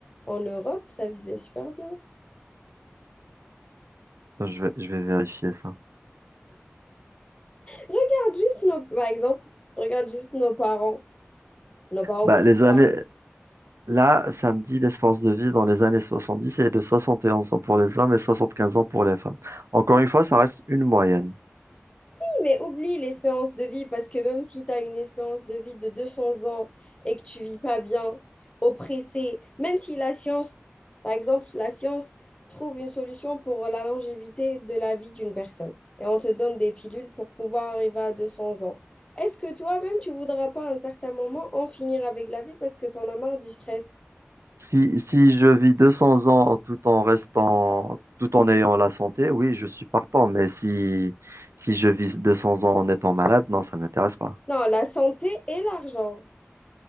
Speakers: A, on the left; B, on the right.
A: en Europe, ça vivait super bien.
B: Attends, je vais, je vais vérifier ça.
A: Regarde juste nos, par exemple, regarde juste nos parents. Nos parents,
B: Bah,
A: quand
B: les
A: ils parlent
B: années, là, ça me dit l'espérance de vie dans les années 70 est de 71 ans pour les hommes et 75 ans pour les femmes. Encore une fois, ça reste une moyenne.
A: mais oublie l'espérance de vie parce que même si tu as une espérance de vie de 200 ans et que tu vis pas bien, oppressé, même si la science, par exemple, la science trouve une solution pour la longévité de la vie d'une personne et on te donne des pilules pour pouvoir arriver à 200 ans. Est-ce que toi-même, tu voudras pas à un certain moment en finir avec la vie parce que tu en as marre du stress?
B: Si, si je vis 200 ans tout en restant, tout en ayant la santé, oui, je suis partant, mais si, si je vis 200 ans en étant malade, non, ça ne m'intéresse pas.
A: Non, la santé et l'argent.